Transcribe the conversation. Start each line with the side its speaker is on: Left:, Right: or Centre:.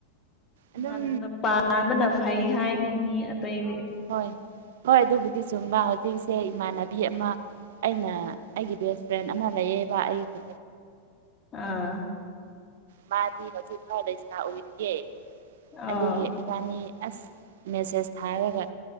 Right: ꯑꯗꯨꯝ
Left: ꯉꯟꯅ ꯄꯟꯕꯅ ꯐꯩ ꯍꯥꯏꯅꯦ ꯃꯤ ꯑꯇꯩꯗꯤ
Right: ꯍꯣꯏ ꯍꯣꯏ ꯑꯗꯨꯕꯨꯗꯤ ꯆꯨ ꯆꯨꯝꯕ ꯍꯧꯖꯤꯛꯁꯦ ꯏꯃꯥꯟꯅꯕꯤ ꯑꯃ ꯑꯩꯅ ꯑꯩꯒꯤ ꯕꯦꯁ ꯐ꯭ꯔꯦꯟ ꯑꯃ ꯂꯩꯌꯦꯕ ꯑꯩ ꯀꯣ
Left: ꯑꯥ
Right: ꯃꯗꯤ ꯍꯧꯖꯤꯛ ꯈꯔ ꯂꯩꯁꯥ ꯑꯣꯏꯔꯤꯌꯦ ꯑꯗꯨꯒꯤ
Left: ꯑꯥ
Right: ꯏꯕꯥꯅꯤ ꯑꯁ ꯃꯦꯁꯦꯁ ꯊꯥꯔꯒ